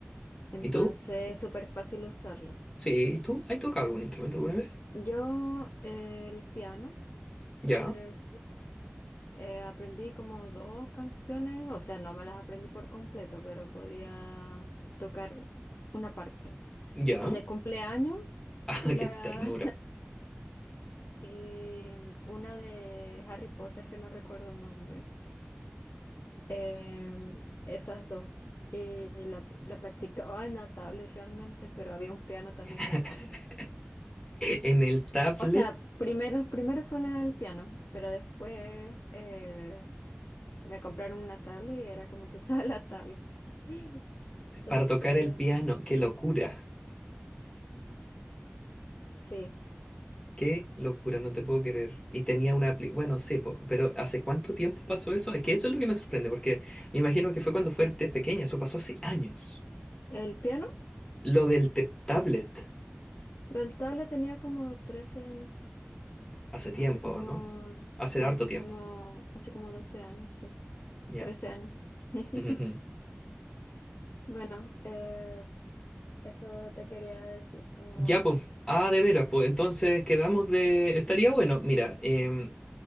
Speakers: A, on the left (about 65°); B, on the left (about 15°).
A: Entonces
B: ¿Y tú?
A: es súper fácil usarlo.
B: Sí, ¿y tú? ¿Has tocado algún instrumento alguna vez?
A: Yo eh, el piano, se
B: Ya,
A: podría decir, eh, aprendí como dos canciones, o sea, no me las aprendí por completo, pero podía tocar una parte.
B: ya.
A: El de
B: <laughs>
A: cumpleaños
B: Ah,
A: y
B: qué
A: la
B: ternura.
A: <laughs> y una de Harry Potter que no recuerdo el nombre. Em, esas dos. Y la, la practicaba en la tablet realmente, pero había un piano también
B: <laughs>
A: en la casa.
B: En el tablet
A: O sea, primero, primero fue la- el piano, pero después eh, me compraron una tablet y era como que <laughs> usaba la tablet. <laughs> Entonces,
B: para tocar el piano, qué locura.
A: sí,
B: Qué locura, no te puedo creer. Y tenía una apli- Bueno, sí, po- pero ¿hace cuánto tiempo pasó eso? Es que eso es lo que me sorprende, porque me imagino que fue cuando fuiste pequeña, eso pasó hace años.
A: el piano,
B: Lo del te- tablet,
A: lo del tablet tenía como 13 años,
B: hace tiempo,
A: hace como,
B: ¿no? Hace
A: sí,
B: harto
A: hace
B: tiempo.
A: como, hace como 12 años, sí,
B: Ya.
A: 13 años. <laughs>
B: Ujú, ujú.
A: Bueno, eh, eso te quería decir, como,
B: Ya, pues. Ah, de veras, pues. Entonces quedamos de. Estaría bueno, mira, em,